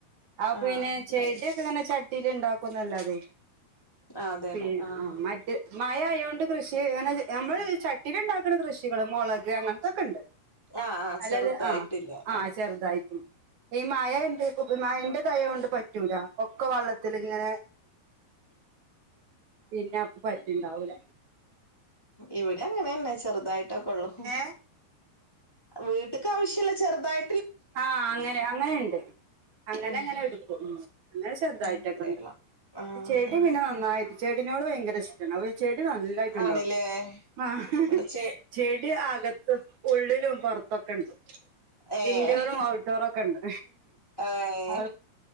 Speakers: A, on the right; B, in the centre.
A: അപിന്നെ
B: ആഹ് അതായിരിക്കും
A: ചെടിയൊക്കെങ്ങനെ ചട്ടീല് ണ്ടാക്കുംന്നല്ലാതെയ്
B: ആഹ് അതെല്ലേ
A: പി
B: ആഹ്
A: ആ മറ്റേ മഴ ആയോണ്ട് കൃഷിങ്ങനെ അമ്മള് ചട്ടീല്ണ്ടാക്കണ കൃഷികള് മൊളക് അങ്ങത്തൊക്കെണ്ട്
B: ആഹ് ആഹ്
A: അല്ലാതെ
B: ചെറുതായിട്ടില്ല
A: ആ ആ
B: ആഹ്
A: ചെറുതായിറ്റ്ണ്ട് ഈ മയ എണ്ട് യ്കും മയന്റെതായോണ്ട് പറ്റൂല ഒക്കെ വള്ളത്തില്ങ്ങനെ പിന്നെ അപ്പ പറ്റ്ണ്ടാവൂല
B: ഇവിടിംയങ്ങനെന്നെ ചെറുതായിട്ടൊക്കൊള്ളൂ
A: ഏ
B: വീട്ട്ക്കാവശ്യല്ല ചെറുതായി
A: ആ അങ്ങനെ അങ്ങനെണ്ട് അങ്ങനെങ്ങനെടുക്കും
B: ഉം
A: പിന്നെ ചെറുതായിട്ടൊക്കെ
B: ഉം കേരളം ആഹ്
A: ചെടിപിന്നെനന്നായി
B: അതന്നെ
A: ചെടിനോട്ഭയങ്കര ഇഷ്ട്ടാണ് അവ <unintelligible> ചെടി നല്ലായിട്ട്ണ്ടാക്കും
B: ആണില്ലേ
A: ആ
B: ഇവിടച്ച്
A: ചെടി അകത്ത് ഉള്ളിലും പുറത്തൊക്കെണ്ട്
B: ഏഹ്
A: ഇൻഡോറും ഔട്ട്ഡോറുംക്കെണ്ട്
B: ഏഹ്
A: അ